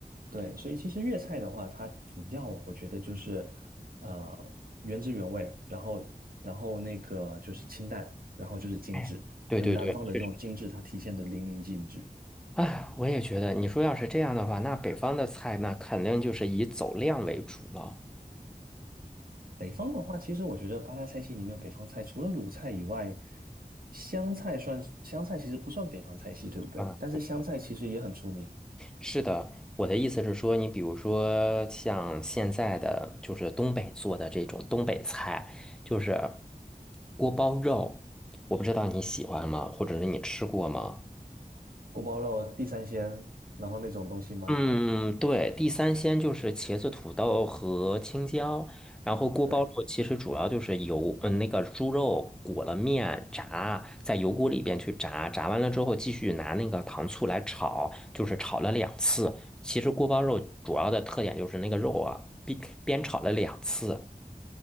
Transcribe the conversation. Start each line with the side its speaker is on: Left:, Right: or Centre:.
Right: 对，所以其实粤菜的话，它主要我觉得就是呃原汁原味，然后然后那个就是清淡，然后就是精致，
Centre: 哎，对对对，
Right: 就南方的这种精致，
Centre: 确实。
Right: 它体现的淋漓尽致。
Centre: 哎，我也觉得，你说要是这样的话，那北方的菜那肯定就是以走量为主了。
Right: 北方的话，其实我觉得八大菜系里面，北方菜除了鲁菜以外，湘菜算是湘菜其实不算北方菜系，对不对？
Centre: 嗯，
Right: 但是湘菜其实也很出名，
Centre: 对是的，我的意思是说，你比如说像现在的就是东北做的这种东北菜，就是锅包肉，我不知道你喜欢吗，或者是你吃过吗？
Right: 锅包肉、地三鲜，然后那种东西吗？
Centre: 嗯，对，地三鲜就是茄子、土豆和青椒，然后锅包肉其实主要就是油，
Right: 对，
Centre: 嗯，那个猪肉裹了面炸，在油锅里边去炸，炸完了之后继续拿那个糖醋来炒，就是炒了两次。其实锅包肉主要的特点就是那个肉啊，煸煸炒了两次。